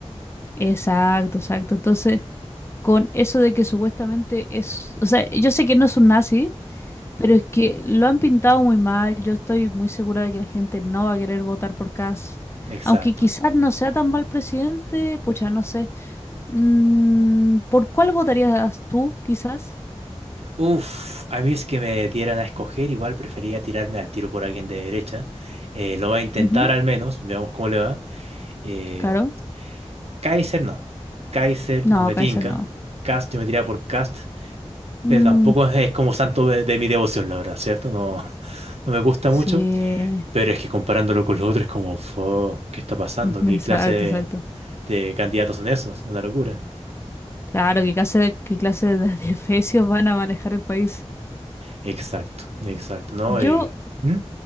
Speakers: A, on the left (about 25°); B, on the right (about 70°).
A: Exacto, exacto. Entonces, con eso de que supuestamente es, o sea, yo sé que no es un nazi, pero es que lo han pintado muy mal. Yo estoy muy segura de que la gente no va a querer votar por Cass.
B: exacto.
A: Aunque quizás no sea tan mal presidente, pucha, no sé. Mm, ¿por cuál votarías tú, quizás?
B: Uff, a mí es que me dieran a escoger, igual prefería tirarme al tiro por alguien de derecha. Eh, lo voy a intentar
A: Ujú,
B: al menos, veamos cómo le va. Eh,
A: claro.
B: Kaiser no, Kaiser
A: No,
B: no me
A: Kaiser
B: tinca,
A: no.
B: Cast yo me tiraría por Cast, pero
A: Mm,
B: tampoco es como santo de, de mi devoción, la verdad, ¿cierto? No, <laughs> no me gusta
A: sí,
B: mucho, pero es que comparándolo con los otros es como, "Fo, ¿qué está pasando?
A: <laughs>
B: ¿Qué
A: exacto,
B: clase de...
A: exacto.
B: de candidatos son esos, una locura.
A: Claro, ¿qué clase, qué clase de <laughs> de fecios van a manejar el país?
B: Exacto, exacto, ¿no?
A: Yo
B: Y, ¿Mm?